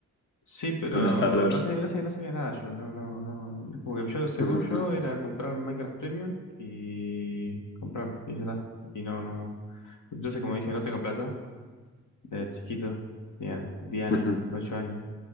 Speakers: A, on the left (about 70°); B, on the left (about 35°).
A: Sí, pero
B: ¿Dónde está la versión?
A: no sé, no sé, no sabía nada yo, no, no, no. Como que yo, según
B: Ajá,
A: yo, era comprar Minecraft Premium y comprarlo, y ya está. Y no, no. Entonces, como dije, no tengo plata, era chiquito, tenía diez años,
B: ajá,
A: 8 años.